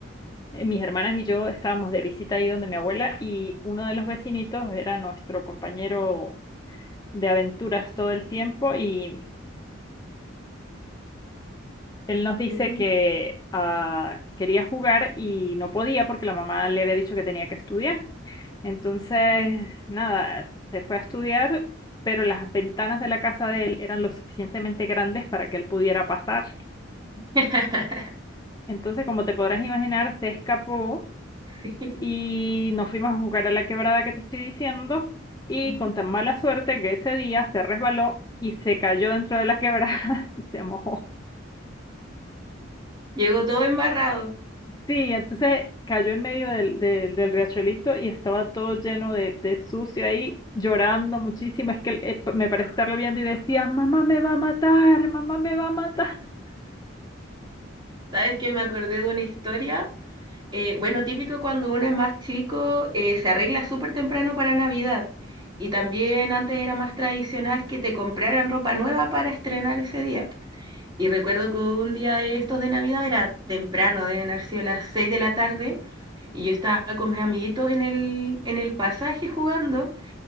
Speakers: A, on the left (about 20°); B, on the right (about 25°).
A: eh, mis hermanas y yo estábamos de visita ahí donde mi abuela y uno de los vecinitos era nuestro compañero de aventuras todo el tiempo y él nos dice
B: Ujú.
A: que ah, quería jugar y no podía porque la mamá le había dicho que tenía que estudiar. Entonces, nada, se fue a estudiar, pero las ventanas de la casa de él eran lo suficientemente grandes para que él pudiera pasar.
B: <laughs>
A: Entonces, como te podrás imaginar, se escapó
B: Sí.
A: y nos fuimos a jugar a la quebrada que te estoy diciendo y
B: Ujú.
A: con tan mala suerte que ese día se resbaló y se cayó dentro de la quebrada <laughs> y se mojó.
B: Llegó todo embarrado.
A: Sí, entonces cayó en medio del, del, del riachuelito y estaba todo lleno de, de sucio ahí, llorando muchísimo. Es que eh, me parece estarlo viendo y decía, mamá me va a matar, mamá me va a matar.
B: ¿Sabes que Me acordé de una historia. eh, bueno, típico cuando uno es más chico, eh, se arregla súper temprano para Navidad. Y también antes era más tradicional que te compraran ropa nueva para estrenar ese día. Y recuerdo que un día de estos de Navidad era temprano, deben haber sido las 6 de la tarde, y yo estaba con mis amiguitos en el, en el pasaje jugando,